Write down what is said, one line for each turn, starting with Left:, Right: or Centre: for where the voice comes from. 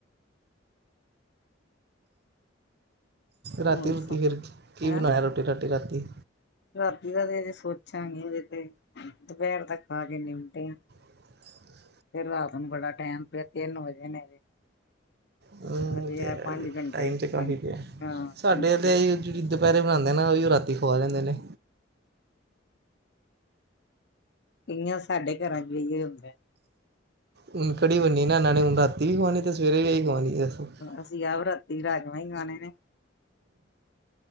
Right: ਰਾਤੀ
Left: ਹੋਰ ਦੱਸੋ
Right: ਰੁਤੀ ਫੇਿਰ ਕੀ
Left: ਹੈਂ
Right: ਬਨਾਇਆ ਰੋਟੀ ਰਾਟੀ ਰਾਤੀ
Left: ਰਾਤੀ ਦਾ ਤੇ ਅਜੇ ਸੋਚਾਂਗੇ ਅਜੇ ਤੇ ਦੁਪਹਿਰ ਦਾ ਖਾ ਕੇ ਨਿੰਪਟਿਆ
Right: <inaudible> <inaudible>
Left: ਫੇਰ ਰਾਤ ਨੂੰ ਬੜਾ ਟੈਮ ਪਿਆ ਤਿੰਨ ਵਜੇ ਨੇ
Right: ਹੁ ੳਹ
Left: ਅਜੇ
Right: ਤੇ
Left: ਐ
Right: ਹੈ
Left: ਪੰਜ ਘੰਟੇ
Right: ਟਾਈਮ ਤੇ ਕਾਫੀ
Left: ਪੰਜ
Right: ਪਿਆ
Left: ਹਾਂ
Right: ਸਾਡੇ
Left: ਪੰਜ ਛੇ
Right: ਤੇ ਦੁਪਹਿਰੇ ਬਹਾਨੇ ਨਾਲ ਉਹ ਵੀ ਰਾਤੀ ਖੁਆ ਦੇਂਦੇ ਨੇ
Left: ਕਈਆਂ ਸਾਡੇ ਘਰਾਂ ਚ ਇਹੀ ਹੁੰਦਾ
Right: ਹੁਨ ਕੜੀ ਬੰਨੀ ਨਾ ਇਹਨਾਂ ਨੇ ਹੁਨ ਰਾਤੀ ਵੀ ਖਉਣੀ ਤੇ ਸਵੇਰੇ ਵੀ ਇਹੀ ਖਵਾਉਣੀ ਦੱਸੋ
Left: ਅਸੀਂ ਆਪ ਰਾਤੀ ਰਾਜਮਾਂ ਹੀ ਖਾਣੇ ਨੇ